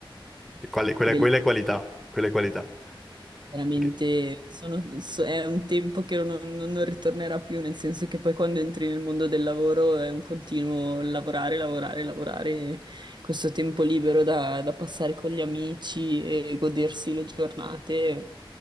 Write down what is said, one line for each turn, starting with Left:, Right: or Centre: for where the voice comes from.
Centre: E Qual è- quella,
Right: bellissima,
Centre: quella è qualità, quella è qualità.
Right: veramente.
Centre: Ok.
Right: sono- so- è un tempo che non, non- non ritornerà più, nel senso che poi quando entri nel mondo del lavoro è un continuo lavorare, lavorare, lavorare. Questo tempo libero da, da passare con gli amici e godersi le giornate,